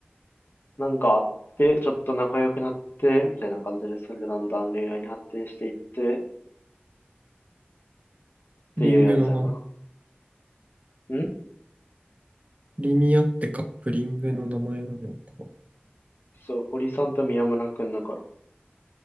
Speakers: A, on the left; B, on the right.
A: なんかあって、ちょっと仲良くなって、みたいな感じで、それでだんだん恋愛に発展していって、っていうやつやな。
B: プリングのな、
A: ん
B: リミアってカップリングの名前なのか。
A: そう、堀さんと宮村くんだから。